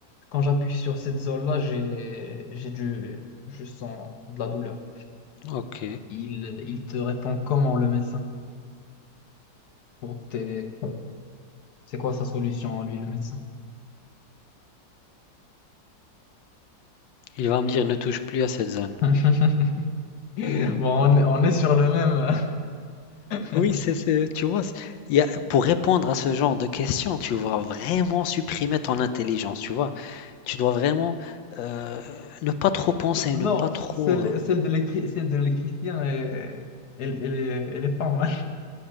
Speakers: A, on the left; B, on the left.
A: quand j'appuie sur cette zone-là, j'ai j'ai du je sens de la douleur.
B: ok.
A: Il il te répond comment le médecin pour t'aider. C'est quoi sa solution à lui le médecin?
B: Il va me dire ne touche plus à cette zone.
A: <laughs> Bon, on est, on est sur le même. <laughs>
B: Oui, c'est, c'est- tu vois, c'est- il y a- pour répondre à ce genre de questions, tu dois vraiment supprimer ton intelligence, tu vois. Tu dois vraiment euh, ne pas trop penser,
A: Non,
B: ne pas trop.
A: celle,
B: euh,
A: celle de l'électri- celle de l'électricien, elle, elle, elle est, elle est pas mal.